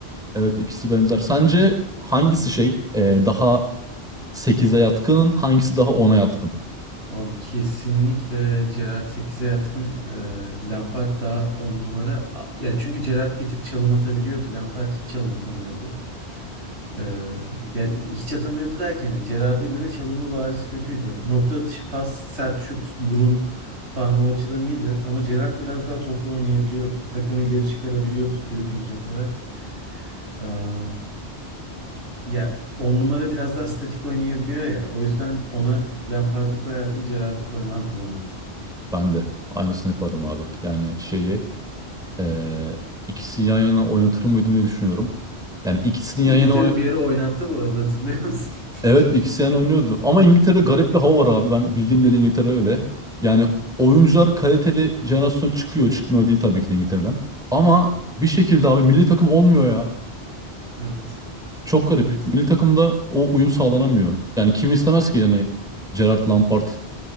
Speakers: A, in the centre; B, on the right (about 90°).
A: evet ikisi benzer. Sence hangisi şey e, daha 8'e yatkın hangisi daha 10'a yatkın?
B: Abi kesinlikle Gerrard 8'e yatkın. Ee, Lampard daha 10 numara. A- Ya çünkü Gerrard bir tık çalım atabiliyordu. Lampard hiç çalım atamıyordu. Ee, ya hiç atamıyordu derken yani Gerrard'a göre çalımı bariz kötüydü. Nokta atışı, pas, sert şut, burun falan o açıdan iyiydi. Ama Gerrard biraz daha toplu oynayabiliyordu. Takımı ileri çıkarabiliyordu dribbling yaparak. Am, ya 10 numara biraz daha statik oynayabiliyor ya. O yüzden ona Lampard'ı koyardım, Gerrard'ı koymazdım
A: Ben de aynısını yaparım abi. Yani şeyi e, ikisini yan yana oynatır mıydım diye düşünüyorum. Yani ikisini
B: İngiltere
A: yan yana
B: bir yere oynattı bu arada hatırlıyor musun?
A: Evet
B: <laughs>
A: ikisini oynuyordu. Ama İngiltere'de garip bir hava var abi. Ben bildiğim dili İngiltere öyle. Yani oyuncular kaliteli jenerasyon çıkıyor. Çıkmıyor değil tabii ki de İngiltere'den. Ama bir şekilde abi milli takım olmuyor ya.
B: Evet.
A: Çok garip.
B: Evet.
A: Milli takımda o uyum sağlanamıyor. Yani kim istemez ki yani Gerard Lampard